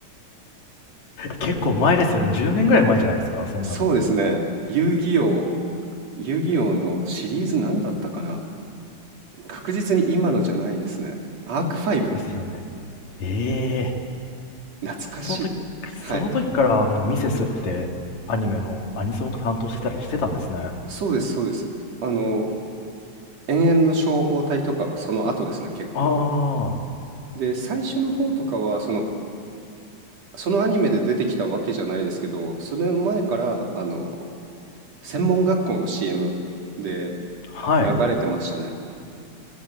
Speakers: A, on the left (about 70°); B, on the right (about 60°).
A: 結構前ですよね。10年ぐらい前じゃないですか、そんなの。
B: そうですね。遊戯王、遊戯王のシリーズ何だったかな確実に今のじゃないですね。アーク5。
A: ですよね。ええ
B: 懐かしい。
A: その時、
B: はい。
A: その時からでもミセスってアニメのアニソンを担当してたりしてたんですね。
B: そうです、そうです。あの、永遠の消防隊とかはその後ですね、結構。
A: ああ、
B: で、最初の方とかは、そのそのアニメで出てきたわけじゃないですけど、それ前から、あの、専門学校の CM で
A: はい。
B: 流れてましたね。